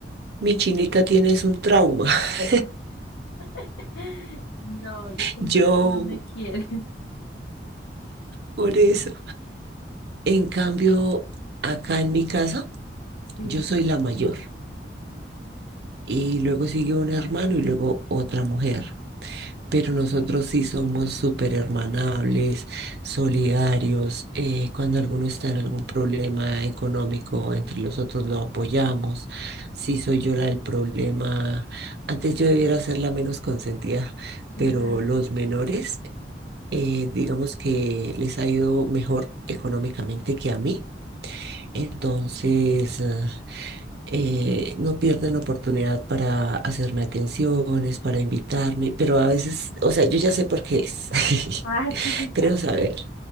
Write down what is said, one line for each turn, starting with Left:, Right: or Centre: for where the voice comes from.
Right: Mi chinita tienes un trauma. <laughs>
Left: <laughs> No, yo siento
Right: Yo,
Left: que no me quieren.
Right: por eso. En
Left: <laughs>
Right: cambio, acá en mi casa,
Left: Sí.
Right: yo soy la mayor. Y luego sigue
Left: sí,
Right: un hermano y luego otra mujer. pero nosotros sí somos súper hermanables, solidarios. eh, cuando alguno está en algún problema económico, entre los otros lo apoyamos. Sí soy yo la del problema, antes yo debiera ser la menos consentida,
Left: lo
Right: pero
Left: admito.
Right: los menores, eh, digamos que les ha ido mejor económicamente que a mí. Entonces... eh, eh, no pierden oportunidad para hacerme atenciones, para invitarme, pero a veces, o sea, yo ya sé por qué es, <laughs>
Left: Ah, <laughs> sí.
Right: creo saber,